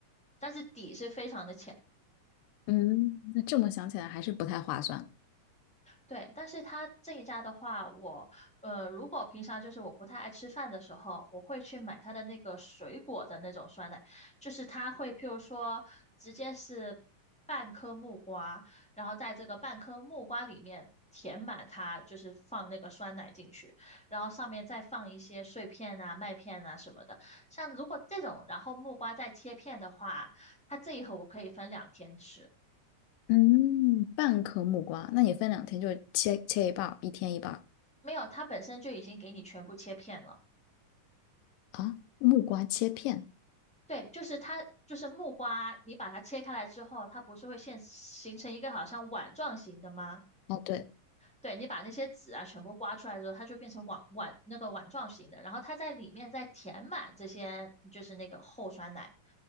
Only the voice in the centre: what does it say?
但是底是非常的浅。
对，但是它这一家的话，我呃，如果平常就是我不太爱吃饭的时候，我会去买它的那个水果的那种酸奶，就是它会譬如说直接是半颗木瓜，然后在这个半颗木瓜里面填满它，就是放那个酸奶进去，然后上面再放一些碎片啊、麦片啊什么的。像如果这种，然后木瓜再切片的话，它这一盒我可以分两天吃，
没有，它本身就已经给你全部切片了。
对，就是它，就是木瓜，你把它切开来之后，它不是会现形成一个好像碗状型的吗？
对，你把那些籽啊全部刮出来之后，它就变成碗碗那个碗状型的，然后它在里面再填满这些，就是那个厚酸奶，